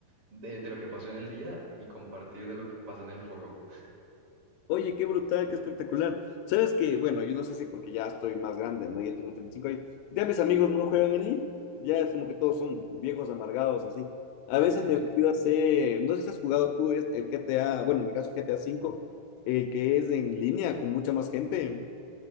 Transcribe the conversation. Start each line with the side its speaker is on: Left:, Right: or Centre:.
Right: de, de lo que pasó en el día y compartir de lo que pasa en el juego.
Left: Oye, qué brutal, qué espectacular. Sabes que, bueno, yo no sé si porque ya estoy más grande, ¿no? Ya tengo 35 años. Ya mis amigos no juegan en línea. Ya es como que todos son viejos amargados, así. A veces
Right: <laughs>
Left: me he metido a hacer, no sé si has jugado tú es- el GTA, bueno, en mi caso GTA cinco, eh, que es en línea con mucha más gente,